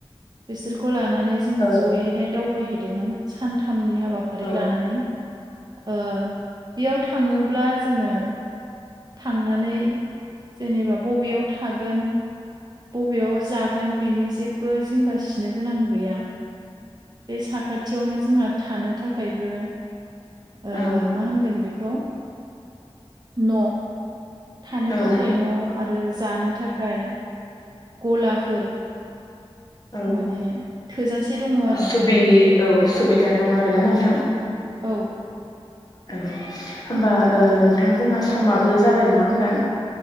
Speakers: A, on the right; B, on the left.
A: बिसोरखौ लानानै जोङो
B: औ
A: जयैहाय दावबायहैदोंमोन सान खामनि हाबाफारि
B: औ
A: लानानै ओ बेयाव थाङोब्ला जोङो थांनानै जेनेबा बबेयाव थागोन बबेयाव जागोन बिनि जेबो जिंगासिनो गोनां गैया बे साखाथियावनो जोंहा थानो थाखायबो ओ
B: औ
A: मा होनगोन बेखौ <inaudible> न' थानो
B: औ
A: थाखाय न' आरो जानो थाखाय गलाफोर
B: औ
A: माने थोजासे दङ आरो
B: सुबि औ सुबिदा दं आरोना नोंथां?
A: औ
B: औ होमबा ओ नोंथां जोंना समाबो जाबाय नङा होनबा?